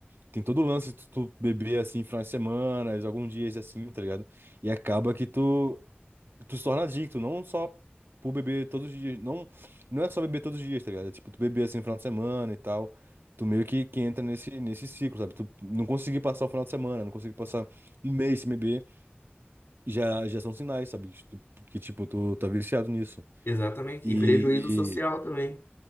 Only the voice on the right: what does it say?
Tem todo o lance de tu, tu beber, assim, finais de semana, alguns dias, assim, tá ligado? E acaba que tu Tu se torna adicto, não só por beber todos os dias. Não, não é só beber todos os dias, tá ligado? É tipo, tu beber assim no final de semana e tal. Tu meio que, que entra nesse, nesse ciclo, sabe? Tu não conseguir passar o final de semana, não conseguir passar um mês sem beber, já, já são sinais, sabe? Que, tu, que, tipo, tu tá viciado nisso.
E,
e-